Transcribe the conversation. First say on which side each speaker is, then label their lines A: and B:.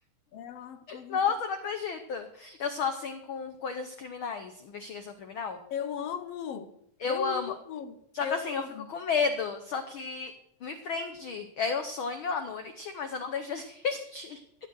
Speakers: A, on the left; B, on the left.
A: É uma coisa.
B: Nossa,
A: assim-
B: não acredito. Eu sou assim com coisas criminais, investigação criminal.
A: Eu amo!
B: Eu
A: Eu
B: amo.
A: amo!
B: Só
A: Eu
B: que assim, eu
A: amo!
B: fico com medo, só que me prende. Aí eu sonho à noite, mas eu não deixo de <laughs> assistir.